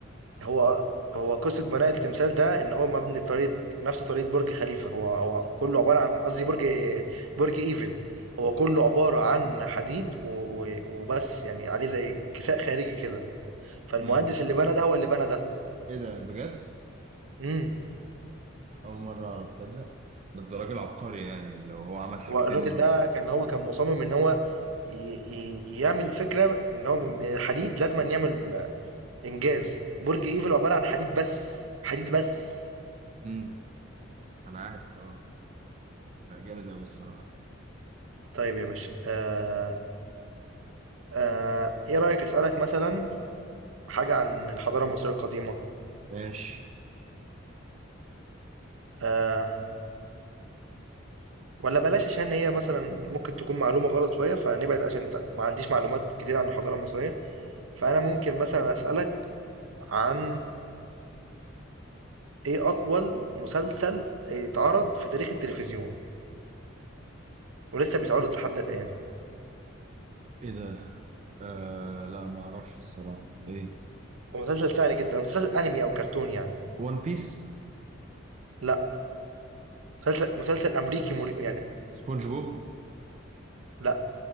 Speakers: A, on the right; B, on the right.
A: هو هو قصة بناء التمثال ده إن هو مبني بطريقة نفس طريقة برج خليفة هو هو كله عبارة عن قصدي برج برج إيفل هو كله عبارة عن حديد و- و- وبس يعني عليه زي كساء خارجي كده فالمهندس
B: امم
A: اللي بنى ده هو اللي بنى ده
B: ايه ده بجد؟
A: امم
B: أول مرة أعرف تصدق بس ده راجل عبقري يعني لو هو عمل حاجتين
A: هو الراجل ده كان هو كان مصمم إن هو ي- ي- يعمل فكرة إن هو من الحديد لازم أن يعمل إنجاز برج إيفل عبارة عن حديد بس حديد بس
B: امم انا عارف اه لا جامد أوي الصراحة
A: طيب يا باشا آه آه إيه رأيك أسألك مثلا حاجة عن الحضارة المصرية القديمة
B: ماشي
A: آه ولا بلاش عشان هي مثلا ممكن تكون معلومة غلط شوية فنبعد عشان انت- ما عنديش معلومات كتير عن الحضارة المصرية فأنا ممكن مثلا أسألك عن إيه أطول مسلسل اتعرض في تاريخ التلفزيون ولسه بيتعرض
B: أوكي.
A: لحد الآن
B: إيه ده؟ آه لا ما أعرفش الصراحة إيه؟
A: ومسلسل سهل جدا مسلسل أنمي أو كرتون يعني
B: ون بيس
A: لا مسلسل مسلسل أمريكي مري... يعني
B: سبونج بوب
A: لا